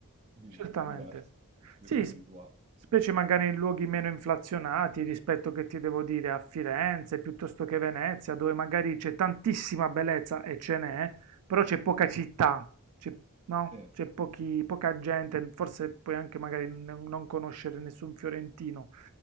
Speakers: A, on the right (about 30°); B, on the right (about 85°).
A: di-
B: Certamente.
A: un po' diverse, da cui
B: Sì,
A: si è abituati.
B: s- specie magari in luoghi meno inflazionati rispetto che ti devo dire a Firenze piuttosto che Venezia, dove magari c'è tantissima bellezza e ce n'è, però c'è poca città, c'è no?
A: Eh.
B: C'è pochi- poca gente, forse puoi anche magari n- non conoscere nessun fiorentino